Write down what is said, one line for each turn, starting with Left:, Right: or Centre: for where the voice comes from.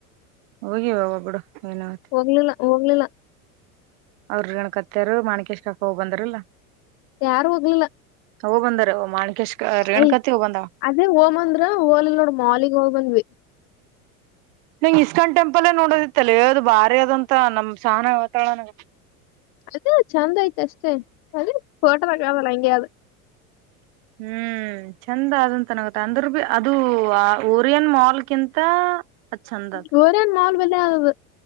Right: ಹೋಗಿವವ್ವ ಬಿಡ ಏನುನ
Left: ಹೋಗ್ಲಿಲ್ಲ ಹೋಗ್ಲಿಲ್ಲ.
Right: ಅವ್ರರು ಹೇಳಕತ್ತೀರು ಮಾಣಿಕೇಶ್ಕ ಹೋಗ್ ಬಂದ್ರಲ್ಲ.
Left: ಯಾರು ಹೋಗ್ಲಿಲ್ಲ.
Right: ಹೋಗಿಬಂದಾರವ್ವ ಮಾಣಕೇಶ್ಕ ರೇಣುಕತ್ತಿ
Left: ಅಯ್
Right: ಹೋಗಿಬಂದಳ.
Left: ಅದೇ ಹೋಗಂದ್ರ ಹೋಲಿಲ್ಲ ನೋಡ ಮಾಲಿಗಿ ಹೋಗ್ ಬಂದ್ವಿ.
Right: ನನಗ ಇಸ್ಕಾನ್ ಟೆಂಪಲ್ಲೇ ನೋಡೋದಿತ್ತಲದು ಬಾರಿ ಅದಂತ ನಮ್ ಸಹಾನ ಹೇಳುತ್ತಾಳ ನನಗ.
Left: ಅದೇ ಚಂದ ಯ್ತ ಅಷ್ಟೇ ಅದೆ ಫೋಟೋ ಆದಲ್ಲ ಹಂಗೆ ಆದ
Right: ಹ್ಮ್ ಚಂದ ಅದಂತನಗತ್ತೆ ಅಂದ್ರ ಬಿ ಅದು ಓರಿಯನ್ ಮಾಲ್ಗಿಂತ ಅಛಂದದ
Left: ಜೋರೇನ್ ಮಾಲ್ ಬಲ್ಲೇ ಆದ